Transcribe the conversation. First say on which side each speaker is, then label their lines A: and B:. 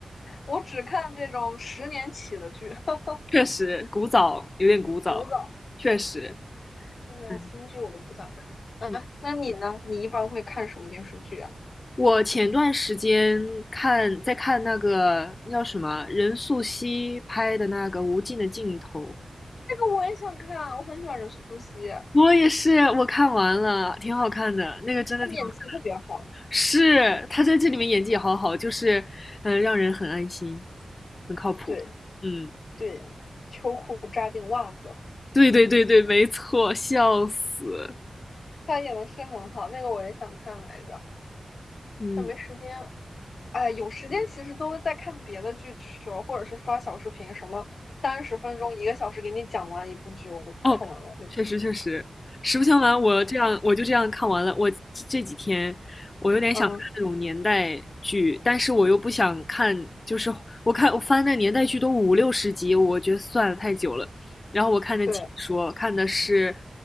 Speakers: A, on the left; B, on the left.
A: 我只看这种十年起的剧，<laughs>
B: 确实古早，有点古早，
A: 古早。
B: 确实，
A: 现在新剧我都不咋看。
B: 嗯
A: 哎，
B: 嗯，
A: 那你呢？你一般会看什么电视剧啊？
B: 我前段时间看在看那个叫什么任素汐拍的那个《无尽的尽头》。
A: 这个我也想看，我很喜欢任素汐。
B: 我也是，我看完了，挺好看的，那个真的挺好看。
A: 他演技特别好，
B: 是，他在这里面演技也好好，就是，嗯、呃让人很安心，很靠谱。
A: 对
B: 嗯，
A: 对，秋裤扎进袜子，
B: 对对对对，没错，笑死。
A: 他演的是很好，那个我也想看来着，
B: 嗯
A: 但没时间。哎，有时间其实都在看别的剧去了，
B: 嗯，嗯
A: 或者是刷小视频，什么三十分钟、一个小时给你讲完一部剧，我就看完了，
B: 哦，
A: 我就
B: 确实确实，实不相瞒，我这样我就这样看完了。
A: 嗯
B: 我这这几天我有点想看那种年代剧，
A: 嗯，
B: 但是我又不想看，就是我看我翻那年代剧都五六十集，我觉得算了太久了。然后我看的解说，
A: 对，
B: 看的是